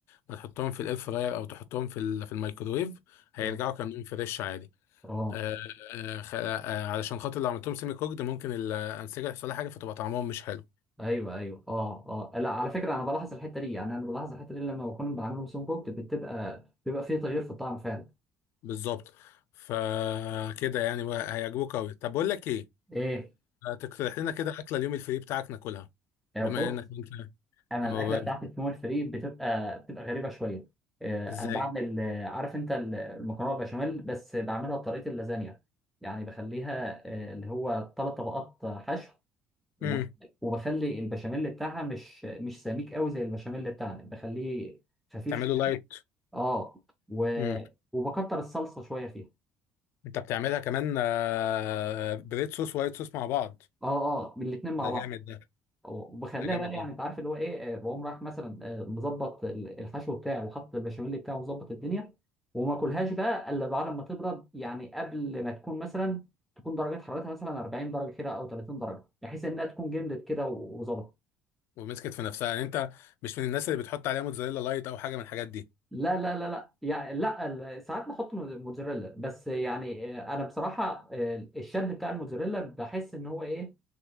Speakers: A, on the left; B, in the centre.
A: ما تحطهم في الإير فراير أو تحطهم في ال- في الميكرويف هيرجعوا
B: اه
A: كأنهم فريش عادي
B: اه
A: آه، آه، خ- آه، علشان خاطر لو عملتهم سيمي كوكد ممكن الانسجه يحصل لها حاجه فتبقى طعمهم مش حلو
B: ايوه ايوه اه اه لا على فكره انا بلاحظ الحته دي يعني انا بلاحظ الحته دي لما بكون بعمله سون كوكت بتبقى بيبقى فيه تغيير في الطعم فعلا
A: بالظبط فكده يعني بقى هيعجبوك قوي طب بقول لك ايه
B: ايه
A: آه، تقترح لنا كده اكله اليوم الفري بتاعك ناكلها
B: آه،
A: بما
B: بص
A: انك انت
B: انا
A: أما
B: الاكله
A: ب-
B: بتاعتي في مول فري بتبقى بتبقى غريبه شويه آه،
A: ازاي
B: انا بعمل آه، عارف انت ال- المكرونه بشاميل بس بعملها بطريقه اللازانيا يعني بخليها آه، اللي هو ثلاث طبقات آه، حشو و-
A: امم
B: وبخلي البشاميل بتاعها مش مش سميك قوي زي البشاميل بتاعنا بخليه خفيف
A: تعمله
B: ش-
A: لايت
B: اه و...
A: امم
B: وبكتر الصلصه شويه فيها
A: انت بتعملها كمان آه، بريد صوص وايت صوص مع بعض
B: اه اه الاثنين مع
A: ده
B: بعض
A: جامد ده
B: وبخليها
A: ده جامد
B: بقى يعني
A: ده
B: انت عارف اللي هو ايه آه، بقوم رايح مثلا آه، مظبط ال- الحشو بتاعي وحاطط البشاميل بتاعه ومظبط الدنيا وما اكلهاش بقى الا بعد ما تبرد يعني قبل ما تكون مثلا تكون درجه حرارتها مثلا 40 درجه كده او 30 درجه بحيث انها تكون جمدت كده و- وظبطت
A: ومسكت في نفسها يعني انت مش من الناس اللي بتحط عليها موتزاريلا لايت او حاجه من الحاجات دي
B: لا لا لا لا يعني لا ال- ساعات بحط م- موتزاريلا بس يعني آه، انا بصراحه آه، الشد بتاع الموتزاريلا بحس ان هو ايه